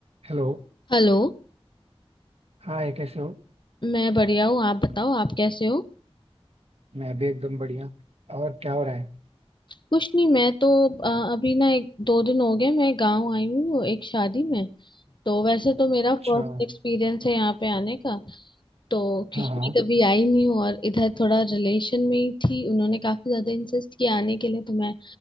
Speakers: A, on the right; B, on the left.
A: Hello
B: हेलो
A: Hi कैसे हो
B: मैं बढ़िया हूँ आप बताओ आप कैसे हो
A: मैं भी एकदम बढ़िया और क्या हो रहा है
B: कुछ नहीं मैं तो अ, अभी ना एक दो दिन हो गए मैं गांव आई हूँ एक शादी में तो वैसे तो मेरा
A: अच्छा
B: फर्स्ट एक्सपीरियंस है यहाँ पे आने का तो क्योंकि
A: हाँ हाँ
B: मैं कभी आई नहीं हूँ और इधर थोड़ा रिलेशन में ही थी उन्होंने काफी ज्यादा इंसिस्ट किया आने के लिए तो मैं